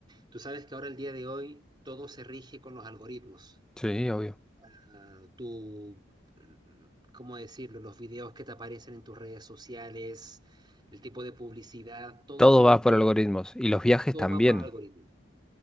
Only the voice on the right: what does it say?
tú sabes que ahora el día de hoy todo se rige con los algoritmos.
Ah, tú, mm, ¿cómo decirlo? Los videos que te aparecen en tus redes sociales, el tipo de publicidad, todo
gira
en
torno,
todo
va por algoritmos.